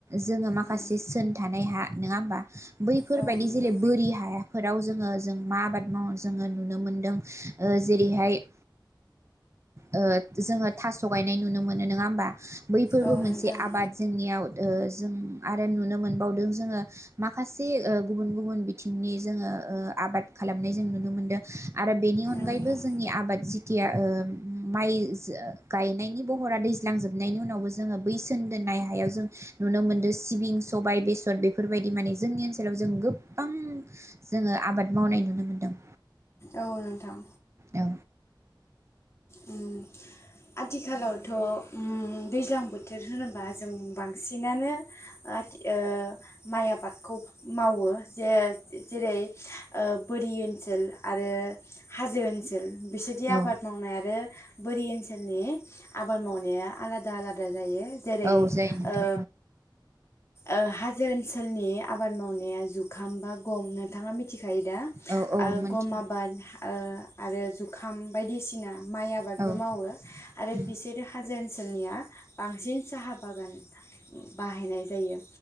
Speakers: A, on the right; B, on the left.
A: जोङो माखासे
B: उम
A: सोन थानाय हा नोङा होमबा बैफोरबायदि
B: औ नोंथां
A: जेरै बोरि हाया फोराव जोङो जों मा आबाद माव जोङो नुनो मोनदों ओ जेरैहाय ओ जोङो थास' गायनाय नुनो मोनो नङा होमबा बैफोरबो
B: औ
A: मोनसे
B: नोंथां औ
A: आबाद जोंनियाव ओ जों आरो नुनो मोनबावदों जोङो माखासे ओ गुबुन गुबुन बिथिंनि जोङो ओ आबाद खालामनाय जों नुनो मोनदों आरो बेनि अनगायैबो
B: नोंथां
A: जोंनि आबाद जिथिया ओ माइ गायनायनि बहरा दैज्लांजोबनायनि उनावबो जोङो बैसोन दोननाय हायाव जों नुनो मोनदों सिबिं सबाय बेसर बेफोरबायदि माने जोंनि ओनसोलाव जों गोबां जोङो आबाद मावनाय नुनो मोनदों
B: औ नोंथां
A: औ
B: उम आथिखालावथ' उम दैज्लां बोथोर होनोबा जों बांसिनानो आथि ओ माइ आबादखौ मावो जे जेरै ओ बोरि ओनसोल आरो हाजो ओनसोल बिसोरदि
A: औ
B: आबाद मावनाय आ बोरि ओनसोलनि आबाद मावनाया आलादा आलादा जायो जेरै
A: औ जायो नोंथां
B: ओ ओ हाजो ओनसोलनि आबाद मावनाया जुखाम बा गम नोंथाङा मिथिखा खायोदा
A: औ
B: ओ
A: औ मोनथिगौ
B: गम आबाद ओ आरो जुखाम बायदिसिना माइ आबादबो
A: औ
B: मावो आरो
A: उम
B: बिसोरो हाजो ओनसोलनिया बांसिन साहा बागान बाहायनाय जायो